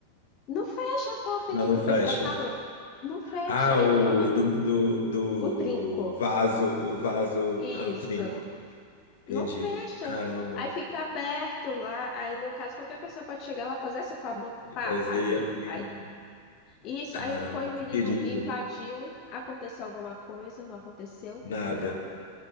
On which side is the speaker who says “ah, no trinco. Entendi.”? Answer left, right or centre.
Left